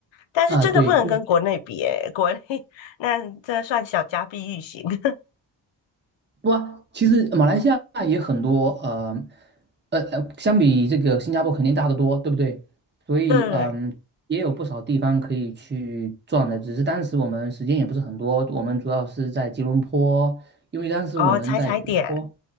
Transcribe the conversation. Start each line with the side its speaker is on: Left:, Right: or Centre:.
Left: 但是真的不能跟国内比诶，
Right: 啊，对，
Left: 国内 <laughs> 那这算小家碧玉型。<laughs>
Right: 哇，其实马来西亚也很多，呃，呃，呃相比这个新加坡肯定大得多，对不对？所以，
Left: 对对对，
Right: 嗯、也有不少地方可以去转的，只是当时我们时间也不是很多，我们主要是在吉隆坡，因为当时我们在吉隆坡，
Left: 哦，踩踩点